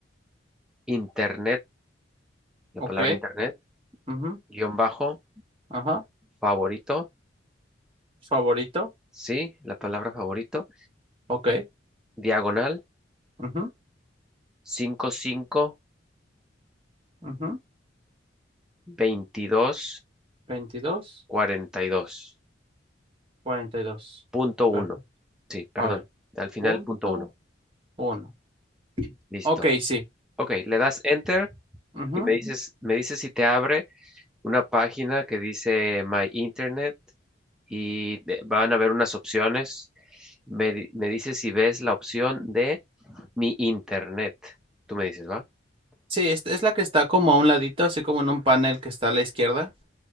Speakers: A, in the centre; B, on the right.
A: internet, la
B: ok.
A: palabra internet,
B: Ujú.
A: guión bajo,
B: Ajá.
A: favorito,
B: Favorito.
A: sí, la palabra favorito,
B: Ok.
A: diagonal,
B: Ujú,
A: cinco cinco
B: ujú.
A: veintidós
B: veintidós,
A: cuarenta y dos
B: cuarenta y dos
A: Punto uno.
B: Perfecto.
A: Sí, perdón.
B: A ver.
A: Al final,
B: Punto
A: punto uno.
B: uno.
A: Listo.
B: Ok, sí.
A: Ok, le das enter
B: Ujú.
A: y me dices, me dices si te abre una página que dice My Internet y de- van a ver unas opciones. Me, di- me dices si ves la opción de Mi Internet. Tú me dices, ¿va?
B: Sí, es, es la que está como a un ladito, así como en un panel que está a la izquierda.